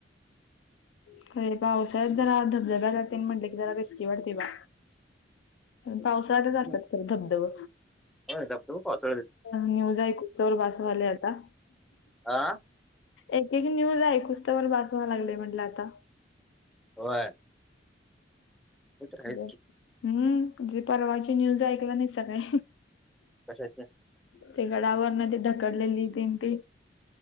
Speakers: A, on the left (about 80°); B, in the centre.
A: <unintelligible> खे पावसाळ्यात जरा धबधब्या जाते म्हटलं की जरा रेस्की वाटते बा पावसाळ्यात
B: हम्म.
A: च असतात खर धबधब.
B: होय धबधबा पावसाळ्यात
A: न्यूज आहे कुस्तवर बसवाले आता.
B: आह
A: एक एक न्यूज आहे आयकुस्तवर बास व्हालय लागले म्हटलं आता.
B: होय. ते तर आहेच
A: बरं
B: की
A: हम्म परवाची न्यूज ऐकला नाहीसा काय?
B: कशाच?
A: ते गडावर न ते ढकलेली तीन ती.